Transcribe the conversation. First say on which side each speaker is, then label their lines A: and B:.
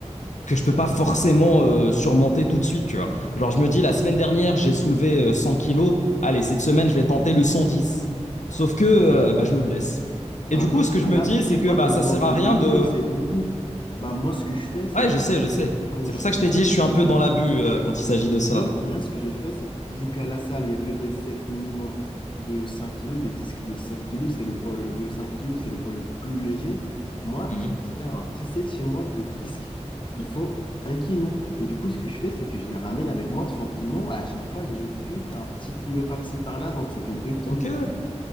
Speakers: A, on the left; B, on the left.
A: que je peux pas forcément euh, surmonter tout de suite, tu vois. Genre, je me dis, la semaine dernière, j'ai soulevé euh, 100 kilos, allez, cette semaine, je vais tenter le 110. Sauf que euh, bah, je me blesse.
B: bah
A: Et du
B: non,
A: coup, ce que
B: bah
A: je me
B: là,
A: dis, c'est que
B: toi,
A: bah,
B: tu augmentes
A: ça sert
B: de
A: à rien
B: 10
A: de
B: kilos, c'est beaucoup. Bah moi, ce que je fais, c'est
A: Ouais, je
B: quand,
A: sais, je sais.
B: c'est quand
A: C'est
B: je,
A: pour ça que je t'ai dit, je suis
B: quand
A: un peu
B: je
A: dans l'abus euh, quand il s'agit
B: Je
A: de
B: me bloque.
A: ça.
B: Là, ce que j'ai fait, c'est vu qu'à la salle, il n'y a que des sets minimum de 5 kilos, des disques de 7 kilos, c'est le poids de 5 kilos, c'est le poids le plus léger. Moi,
A: Mhm.
B: j'ai acheté un petit set chez moi de disques, ils font un kilo. Et du coup, ce que je fais, c'est que je les ramène avec moi tranquillement. À chaque fois, j'ajoute juste un petit kilo par-ci, par-là, donc ça fait deux kilos
A: Ok,
B: de plus.